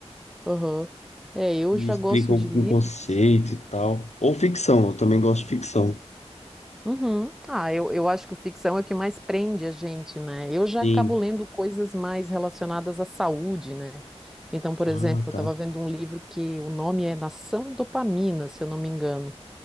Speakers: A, in the centre; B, on the left.
A: Aham. É, eu
B: Que
A: já
B: explicam
A: gosto de livros.
B: um conceito e tal. Ou ficção, eu também gosto de ficção.
A: Uhum. Ah, eu, eu acho que o ficção é o que mais prende a gente, né? Eu já
B: Sim.
A: acabo lendo coisas mais relacionadas à saúde, né? Então, por
B: Ah,
A: exemplo, eu
B: tá.
A: estava vendo um livro que o nome é Nação Dopamina, se eu não me engano.